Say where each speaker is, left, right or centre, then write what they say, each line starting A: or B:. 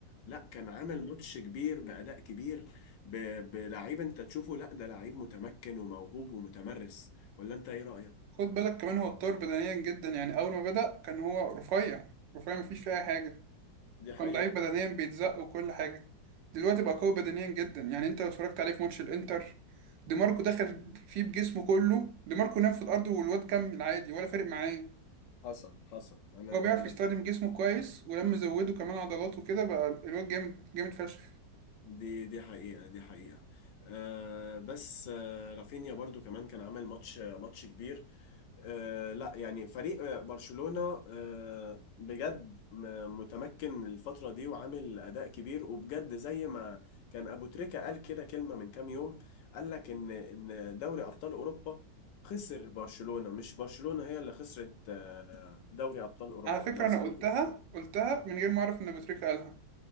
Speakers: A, on the left (about 80°); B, on the right (about 90°).
A: لا كان عمل ماتش كبير بأداء كبير ب- بلعيب انت تشوفه لا ده لعيب متمكن وموهوب ومتمرس ولا انت ايه رأيك؟
B: خد بالك كمان هو اتطور بدنيا جدا يعني أول ما بدأ كان هو رفيع رفيع مفيش فيه أي حاجة
A: دي
B: وكان
A: حقيقة
B: ضعيف بدنيا بيتزق وكل حاجة دلوقتي بقى قوي بدنيا جدا يعني أنت لو اتفرجت عليه في ماتش الإنتر دي ماركو دخل فيه بجسمه كله دي ماركو نام في الأرض والواد كمل عادي ولا فارق معاه
A: حصل حصل أنا
B: هو بيعرف
A: أنا
B: يستخدم
A: فاكر
B: جسمه كويس ولما زوده كمان عضلات وكده بقى الواد جامد جامد فشخ
A: دي دي حقيقة دي حقيقة آه بس آه رافينيا برضو كمان كان عامل ماتش ماتش كبير آه لا يعني فريق آه، برشلونة آه بجد م- متمكن الفترة دي وعامل أداء كبير وبجد زي ما كان أبو تريكة قال كده كلمة من كام يوم قال لك إن إن دوري أبطال أوروبا خسر برشلونة مش برشلونة هي اللي خسرت آه، دوري أبطال أوروبا
B: على فكرة
A: لو
B: أنا
A: سمعت
B: قلتها
A: الكلمة.
B: قلتها من غير ما أعرف إن أبو تريكة قالها